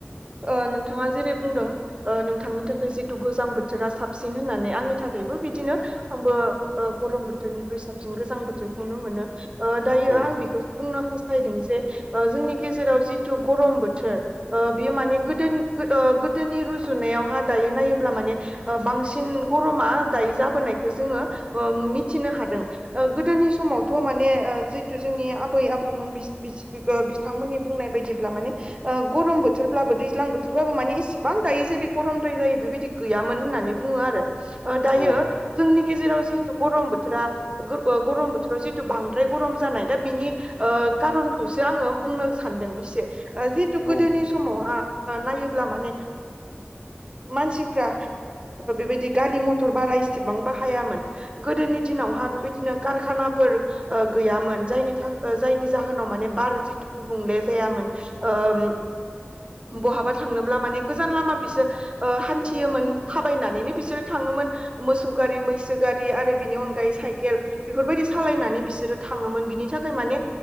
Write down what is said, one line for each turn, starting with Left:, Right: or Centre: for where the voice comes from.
Right: ओ नोंथाङा जेरै बुंदों ओ नोंथांनि थाखाय जिहेथु गोजां बोथोरा साबसिन होननानै आंनि थाख थाखायबो बिदिनो आंबो गरम बोथोरनिख्रुइ साबसिन गोजां बोथोरखौ ननो मोनो ओ दायो
Left: औ
Right: आं बेखौसो बुंनो हास्थायदों जे ओ जोंनि गेजेराव जिथु गरम बोथोर ओ बियो माने ओ गोदोनि रुजुनाय दायो नायोब्ला माने बांसिन गरमा दायो जाबोनायखौ जों मिथिनो हादों गोदोनि समावथ' माने जिहेतु जोंनि आबै - आबौमोन बिथांमोननि बुंनाय बायदिब्ला माने गरम बोथोरब्लाबो दैज्लां बोथोरबाबो माने एसेबां दायो जेरै गरमद्राय जायो बेबायदि गैयामोन होननानै बुङो आरो दानि
Left: औ
Right: जोंनि गाव जि गरम बथोरा गरम बोथोराव जि बांद्राय गरम जानाया बिनि खारन खौसो आङो बुंनो सानदों एसे जिहेतु
Left: औ
Right: गोदोनि समावहा नायोब्ला माने मानसिफ्रा बेबायदि गारि - मथर बारा इसेबां बाहायामोन गोदोनि दिनावहा बेबायदिनो कारखानाफोर गैयामोन जायनि जाहोनाव माने बार जिथु गुबुंले जायामोन ओ बहाबा थांनोब्ला माने गोजान लामा बिसोर हान्थियोमोन थाबायनानैनो बिसोरो था ङोमोन मोसौ गारि मैसो गारि आरो बेनि अन गायै साइकेल बेफोरबायदि सालायनानै बिसोरो थाङोमोन बिनि थाखाय माने